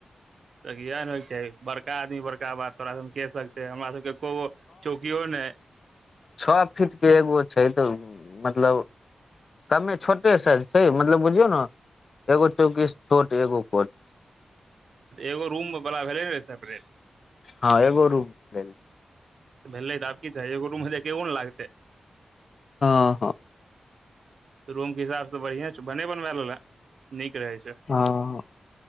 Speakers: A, on the right; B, on the left.
A: त इए ने होइ के चाही बड़का आदमी बड़का बात तोरा सब में के सकतेै हमरा सब एको गो चौकीओ न
B: छ फीट के एगो छै तऽ मतलब कमे छोटे साइज छै मतलब बुझियौ ने एगो चौकीस छोट एगो कोट
A: एगो रूम बला भेलै ने सेपरेट
B: हँ एगो रूम भेल
A: भेलय त आबकी चाही एगो रुम में एके गो न लागतै
B: हं ह
A: रूम के हिसाब सऽ बढ़िया छै भने बनवा लेलऽ नीक रहे छै
B: हँ